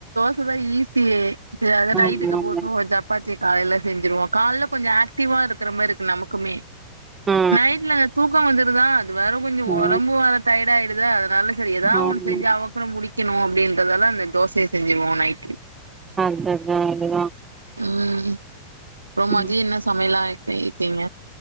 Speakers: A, on the right (about 80°); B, on the right (about 20°).
A: சபாதி ஈஸியே செரி அத நைட்டுக்கு
B: ஆமாங்க
A: போட்டுருவோ சப்பாத்திய காலைல செஞ்சுருவோ காலைல கொஞ்சோ ஆக் சத்திவா இருக்க மாரிக்கு நமக்குமே
B: ஆ
A: நைட்ல எனக்கு தூ பக்கோ வந்துருதா வரு கொஞ்சோ
B: ஆ
A: உடம்பு வேர டையடா ஆயி ப்டிதா நல்ல சரி ஏதாவ
B: ஆமா
A: ஒன் செஞ்சு அவக் முடி வச்சணு அப்டின்றதெல்லா அந்த தோசைய செஞ்சுருவோ நைட்
B: அது அது அதுதா
A: அ அப்புறோ மதியோ
B: ம்
A: என்ன சமையல்லா இரு இருப்பீங்க